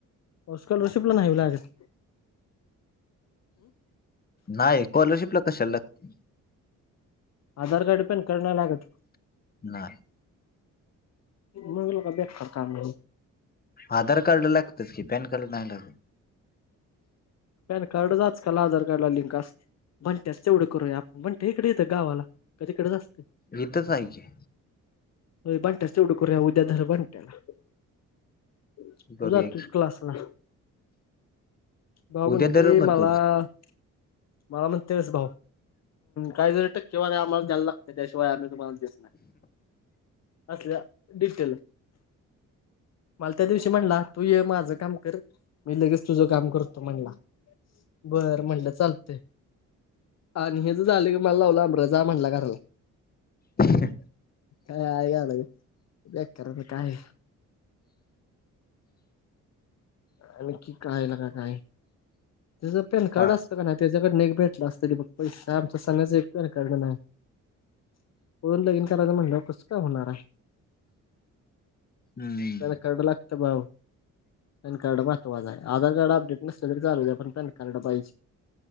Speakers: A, on the left; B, on the left.
A: स्कॉलरशिपला नाहीला लागत.
B: नाही स्कॉलरशिप ला कशाला लागते.
A: आधार कार्ड पॅन कार्ड नाही लागत.
B: नाही.
A: मग लका बेकार काम आहे मग.
B: आंधार कार्ड लागतेच कि पॅन कार्ड नाहीं लागतं
A: पॅन कार्डच आंजकांल आंधार कार्ड लां लिंक असते म्हणतेस तेवढं करूंया आपणं म्हणतं इकडे येतं गावांला कां तिकडेच असते.
B: इथेचं आहे की.
A: बंटस तेवढं करं उद्यां बंट्याला. तुं
B: बरं
A: तुझां क्लांसला. भाऊ
B: उद्या
A: म्हणते
B: तर मग
A: मलां.
B: तूच
A: मलां म्हंण तेच भाऊ कायं तरी टक्केवारी आम्हांला द्यां लागते त्यांच्याशिवाय आम्हीं तुम्हांला दिसो. असल्यां.. डिटेल मलां त्यां दिवशी म्हणंला तूं ये माझं कामं करं. मी लगेच तुझं कामं करतो म्हणलां बरं म्हणलं चालते. आणि हे जे झाले की मलां लावलं जां म्हंटला घरांला.
B: ठीक आहे..
A: हां आहे नां.. ब्लॅक कलंर बेट कायं आहे आंणखी कयलां कां कायं तुचं पॅन कडे
B: हा
A: असतं कां नाहीं. त्यांच्याकडे नको भेटला असतं तरी बघं पैसा आमचां सांगण्याचं. कारणं नाहीं लग्नं कराचं म्हणलं कसं काम होणारं आहे.
B: हम्म
A: त्यांला कडे लागतो भाऊ. पॅन कार्ड महत्वाचं आहे आंधार कार्ड अपडेट नसलं तरी चालूं आहे पणं. पॅन कार्ड पाहिजे